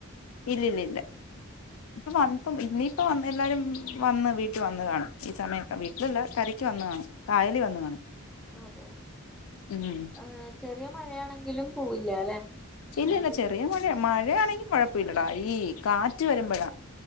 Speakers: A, on the left (about 70°); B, in the centre.
A: ഇല്ലില്ലില്ല ഇപ്പൊ വ ഇപ്പം, ഇന്നിംപ്പ വന്ന് എല്ലാരും വന്ന് വീട്ടി വന്ന് കാണും ഈ സമയം വീട്ടിലുള്ള കരക്ക് വന്ന് കാണും, കായലി വന്ന് കാണും.
B: അതെ
A: ഉം
B: ഏ ചെറിയ മഴയാണെങ്കിലും പോവില്ല അല്ലെ
A: ഇല്ല
B: മഴ
A: ഇല്ല
B: പെയ്യ
A: ചെറിയ മഴ മഴയാണെങ്കി കൊഴപ്പല്ലടാ ഈ കാറ്റ് വരുമ്പോഴാ